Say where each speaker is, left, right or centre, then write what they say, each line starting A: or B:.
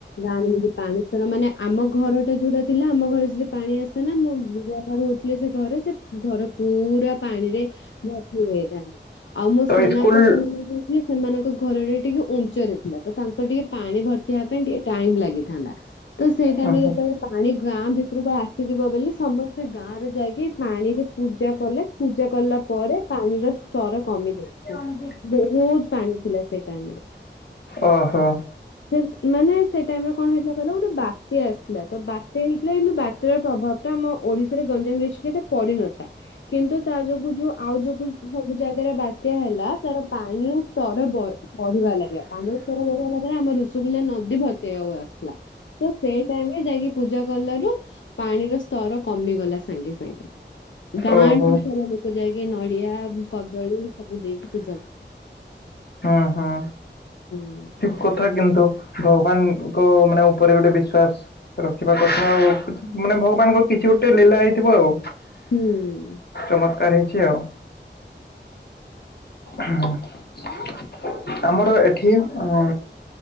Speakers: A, on the left; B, on the left.
A: ଗାଁରେ ଯି ପାଣି ର ମାନେ ଆମ ଘରଟା ଯୋଉଟା ଥିଲା ଆମ ଘରେ ଯଦି ପାଣି ଆସେ ନା ମୁଁ <unintelligible> ହଉଥିଲେ ସେ ଘରେ ସେ ଘର ପୁରା ପାଣିରେ ମୋ ପୁଅ କହିଥାନ୍ତୁ ଆଉ ମୋ
B: ତ
A: ସାନ
B: ସ୍କୁଲ
A: ଅପା ପଳେଇଲା ସେମାନଙ୍କ ଘରରେ ଟିକେ ଉଞ୍ଚ ରେ ଥିଲା ତ ତାଙ୍କର ଟିକେ ପାଣି ଭର୍ତି ହେବା ପାଇଁ ଟିକେ ଟାଇମ୍ ଲାଗିଥାନ୍ତା। ତ ସେଇ ଟାଇମ୍
B: ହୁଁ
A: ରେ
B: ହୁଁ
A: ଯେତେବେଳେ ପାଣି ଗାଁ ଭିତରକୁ ଆସିଯିବ ବୋଲି ସମସ୍ତେ ଗାଁରେ ଯାଇକି ପାଣିରେ ପୂଜା କଲେ ପୂଜା କଲା ପରେ ପାଣିର ସ୍ତର କମିଯାଇଚି।
B: ସେ ଅଣ୍ଡ୍ରି
A: ବହୁତ ପାଣି ଥିଲା ସେଇ ଟାଇମ୍ ରେ।
B: ଓହୋ।
A: ସେ ମାନେ ସେ ଟାଇମ୍ ରେ କଣ ହେଇଥିଲା କହିଲା ଗୋଟେ ବାତ୍ୟା ଆସିଲା ତ ବାତ୍ୟା ହେଇଥିଲା କିନ୍ତୁ ବାତ୍ୟା ର ପ୍ରଭାବ ଆମ ଓଡିଶାରେ ଗଞ୍ଜାମ ଯାଜପୁର ଟା ପଡିିନଥିଲା କିନ୍ତୁ ତା ଯୋଗୁ ଯୋଉ ଆଉ ଯୋଉ ସବୁ ଜାଗାରେ ବାତ୍ୟା ହେଲା ତାର ପାଣିର ସ୍ତର ବଢିବା ଲାଗା ବାମଲେଶ୍ୱର ଦୋଗା ଭାଗା ଆମ ଋଷୁଗୁଲଲା ନଦୀ ଭତ ଆସିଲା। ତ ସେଇ ଟାଇମ୍ ରେ ଯାଇକି ପୂଜା କଲାରୁ ପାଣିର ସ୍ତର କମିଗଲା ସାଙ୍ଗେ ସାଙ୍ଗେ ଗାଁଠି
B: ଓହୋ
A: ସାରା ଲୋକ ଯାଇ ଆେ ନଡିଆ କଦଳୀ ସବୁ ଦେଇକି ପୂଜା।
B: ହଁ ହଁ।
A: ହୁଁ
B: କଥା କିନ୍ତୁ ଭଗବାନଙ୍କ ମାନେ ଉପରେ ଗୋଟେ ବିଶ୍ଵାସ। ରଖିବା କଥା ଆଉ ମାନେ ଭଗବାନଙ୍କ କିଛି ଗୋଟେ ଲୀଲା ହେଇଥିବ ଆଉ।
A: ହ୍ୟାଲୋ।
B: ଚମତ୍କାର ହେଇଚି ଆଉ। ହଁ ଆମର ଏଠି ମୁଁ